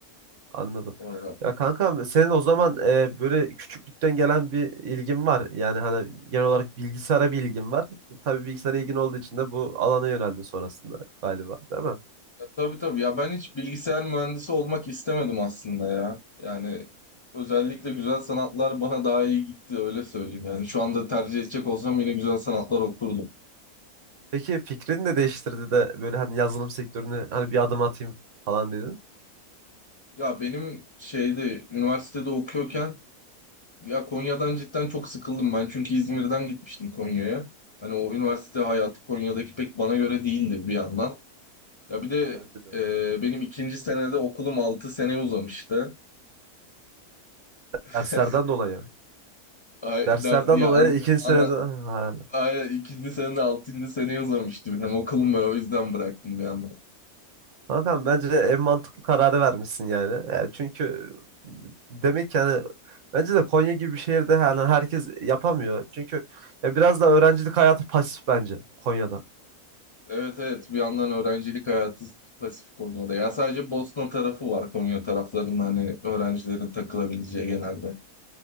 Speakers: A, on the right; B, on the left.
A: anladım.
B: orada.
A: Ya kanka senin o zaman e, böyle küçüklükten gelen bir ilgin var. Yani hani genel olarak bilgisayara bir ilgin var. Tabii bilgisayara ilgin olduğu için de bu alana yöneldin sonrasında galiba, değil mi?
B: Ya, tabii tabii ya ben hiç bilgisayar mühendisi olmak istemedim aslında ya. Yani özellikle güzel sanatlar bana daha iyi gitti öyle söyleyeyim. Yani şu anda tercih edecek olsam yine güzel sanatlar okurdum.
A: Peki fikrini de değiştirdi de böyle hani yazılım sektörüne hani bir adım atayım falan dedin.
B: Ya benim şeyde üniversitede okuyorken Ya Konya'dan cidden çok sıkıldım ben. Çünkü İzmir'den gitmiştim Konya'ya. Hani o üniversite hayatı Konya'daki pek bana göre değildi bir yandan. Ya bir de
A: Bence de.
B: e, benim ikinci senede okulum altı seneye uzamıştı. <laughs>
A: Derslerden dolayı.
B: Ay,
A: Derslerden
B: ders, ya
A: dolayı
B: an,
A: ikinci senede...
B: ana,
A: Ha.
B: ay, ikinci senede 6. seneye uzamıştı benim okulum ben o yüzden bıraktım bir yandan.
A: Kankam bence en mantıklı kararı vermişsin yani. E, çünkü demek ki hani bence de Konya gibi bir şehirde yani herkes yapamıyor. Çünkü ya biraz da öğrencilik hayatı pasif bence Konya'da.
B: Evet evet bir yandan öğrencilik hayatı pasif Konya'da. Ya sadece Bosna tarafı var Konya taraflarının hani öğrencilerin takılabileceği genelde.